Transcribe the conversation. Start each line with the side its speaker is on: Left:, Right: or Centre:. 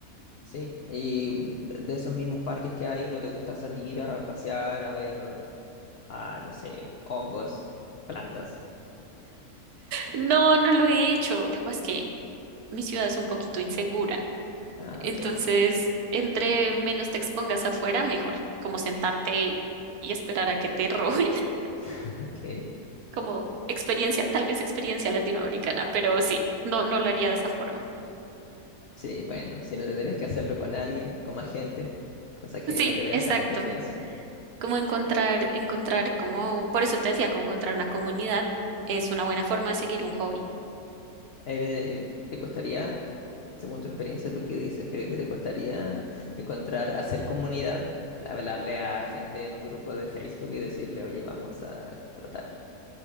Left: Sí, y de esos mismos parques que hay, ¿no te gusta salir a pasear, a ver, a, no sé, hongos, plantas?
Right: No, no lo he hecho, lo que pasa es que mi ciudad es un poquito insegura,
Left: Ah,
Right: entonces
Left: ok,
Right: entre menos te expongas afuera, mejor, como sentarte y esperar a que te roben, <laughs>
Left: <laughs> ok.
Right: como experiencia, tal vez experiencia latinoamericana, pero sí, no, no lo haría de esa forma.
Left: Sí, bueno, si no tendrías que hacerlo con alguien, con más gente, cosa que
Right: Sí,
Left: no te veas
Right: exacto.
Left: tan indefensa.
Right: Como encontrar, encontrar como, por eso te decía, como encontrar una comunidad es una buena forma de seguir un hobby.
Left: Eh, ¿te costaría, según tu experiencia, tú qué dices? ¿Crees que te costaría encontrar, hacer comunidad, hablarle a gente en un grupo de Facebook y decirle, oye, vamos a trotar?